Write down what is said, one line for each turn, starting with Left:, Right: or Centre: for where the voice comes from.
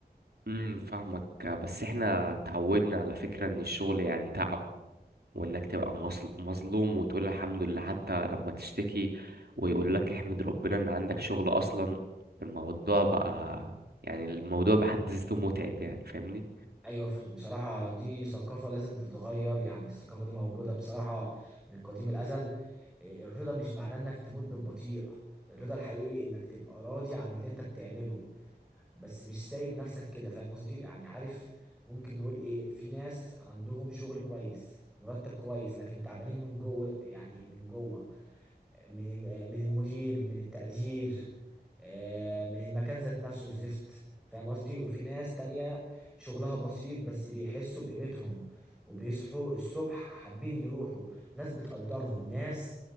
Right: امم فاهمك آه، بس احنا تعودنا على فكره ان الشغل يعني تعب وانك تبقى مصل- مظلوم وتقول الحمد لله حتى لما تشتكي ويقول لك احمد ربنا ان عندك شغل اصلا الموضوع بقى يعني الموضوع بحد ذاته متعب يعني فاهمني
Centre: ايوه ف- بصراحه دي ثقافه لازم تتغير يعني الثقافه دي موجوده بصراحه من قديم الازل إيه، الرضا مش معناه انك تموت بالبطيء الرضا الحقيقي انك تبقى راضي عن اللي انت بتعمله بس مش سايب نفسك كده فاهم قصدي يعني عارف ممكن نقول ايه في ناس عندهم شغل كويس مرتب كويس لكن تعبانين من جوه يعني من جوه من ال- من المدير من التقدير آه، من المكان ذات نفسه الزفت فاهم قصدي وفي ناس تانية شغلها بسيط بس بيحسوا بقيمتهم وبيصحوا الصبح حابين يروحوا ناس بتقدرهم ناس